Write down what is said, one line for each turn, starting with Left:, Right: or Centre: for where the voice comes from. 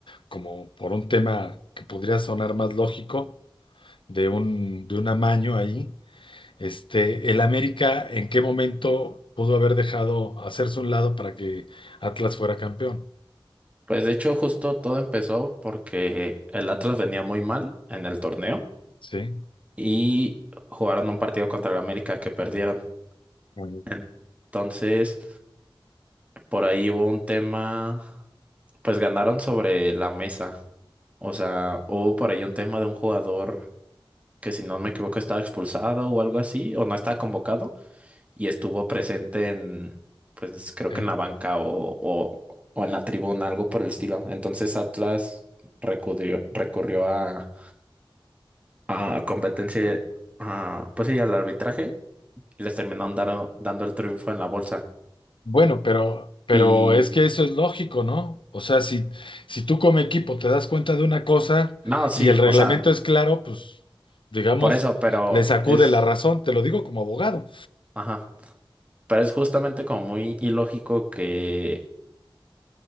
Left: como por un tema que podría sonar más lógico, de un, de un amaño ahí. Este, el América, ¿en qué momento pudo haber dejado hacerse un lado para que Atlas fuera campeón?
Right: Pues de hecho, justo todo empezó porque el Atlas venía muy mal en el torneo
Left: Sí.
Right: y jugaron un partido contra el América que perdieron.
Left: Ajá.
Right: En- Entonces, por ahí hubo un tema, pues ganaron sobre la mesa. O sea, hubo por ahí un tema de un jugador que si no me equivoco estaba expulsado o algo así, o no estaba convocado. y estuvo presente en, pues creo
Left: El-
Right: que en la banca o, o, o en la tribuna, algo por el estilo. Entonces Atlas recurrió, recurrió a, a competencia, a, pues sí, al arbitraje y les terminaron dando, dando el triunfo en la bolsa.
Left: Bueno, pero, pero
Right: Y
Left: es que eso es lógico, ¿no? O sea, si, si tú como equipo te das cuenta de una cosa
Right: no, sí,
Left: y el reglamento
Right: o sea,
Left: es claro, pues, digamos,
Right: por eso, pero
Left: le sacude
Right: es,
Left: la razón, te lo digo como abogado.
Right: ajá, pero es justamente como muy ilógico que,